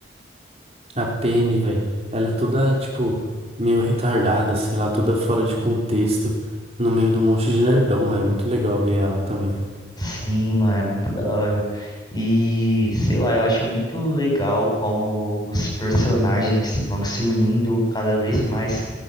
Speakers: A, on the right (about 30°); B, on the left (about 20°).
A: A Penny, velho, ela é toda, tipo, meio retardada, sei lá, toda fora de contexto, no meio de um monte de nerdão, é muito legal ver ela também.
B: Sim, mano, é muito da hora. E, sei lá, eu acho muito legal como os personagens vão se unindo cada vez mais